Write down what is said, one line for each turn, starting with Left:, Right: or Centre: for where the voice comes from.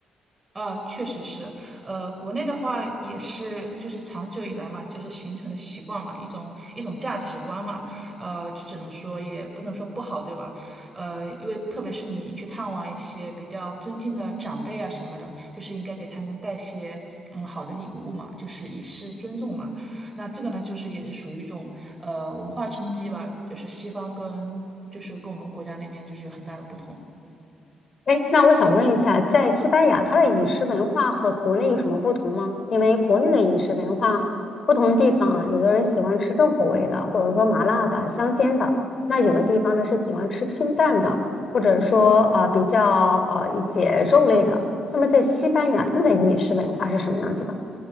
Right: 呃，确实是，呃，国内的话也是，就是长久以来嘛，就是形成的习惯嘛，一种一种价值观嘛，呃，这只能说也不能说不好，对吧？呃，因为特别是你去探望一些比较尊敬的长辈啊什么的，就是应该给他们带些嗯好的礼物嘛，就是以示尊重嘛。那这个呢，就是也是属于一种呃文化冲击吧，就是西方跟就是跟我们国家那边就是有很大的不同。
Left: 哎，那我想问一下，在西班牙，它的饮食文化和国内有什么不同吗？因为国内的饮食文化，不同地方啊，有的人喜欢吃重口味的，或者说麻辣的、香煎的；那有的地方呢是喜欢吃清淡的，或者说呃比较呃一些肉类的。那么在西班牙，他们的饮食文化是什么样子的？